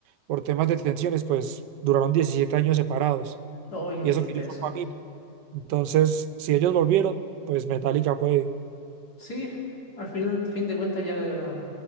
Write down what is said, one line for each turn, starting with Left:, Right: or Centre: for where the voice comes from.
Right: por temas de tensiones pues duraron 17 años separados.
Left: Oye, qué
Right: Y
Left: triste
Right: eso que ellos
Left: eso.
Right: son familia. Entonces, si ellos volvieron, pues Metallica fue,
Left: Sí, al final, fin de cuentas ya